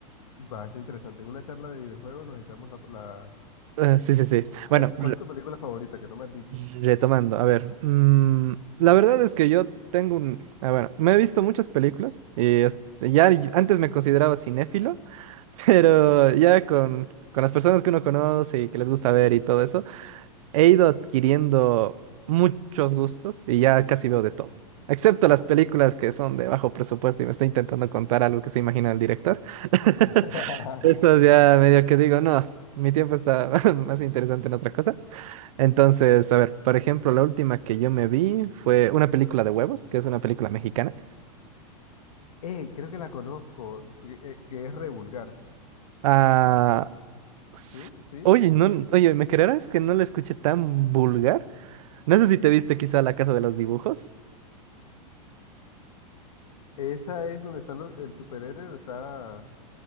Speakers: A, on the left; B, on the right.
A: Bastante interesante. En una charla de videojuegos nos echamos la,
B: Eh, sí, sí, sí.
A: A
B: Bueno,
A: ver, ¿cuál es tu película favorita que no me has dicho?
B: Retomando, a ver, mm, la verdad es que yo tengo un, ah, bueno, me he visto muchas películas y este, ya y- antes me consideraba cinéfilo, <laughs> pero ya con, con las personas que uno conoce y que les gusta ver y todo eso, he ido adquiriendo muchos gustos y ya casi veo de todo, excepto
A: Ok.
B: las películas que son de bajo presupuesto y me está intentando contar algo que se imagina el director. <laughs>
A: <laughs>
B: Eso es ya medio que digo, no, mi tiempo está <laughs> más interesante en otra cosa. Entonces, a ver, por ejemplo, la última que yo me vi fue una película de huevos, que es una película mexicana.
A: Eh, creo que la conozco, porque, eh, que es re vulgar.
B: Ah, s-
A: ¿Sí? ¿Sí?
B: oye, no, oye, ¿me creerás que no la escuché tan vulgar? No sé si te viste quizá La Casa de los Dibujos.
A: Esa es donde están los, el superhéroe, donde está,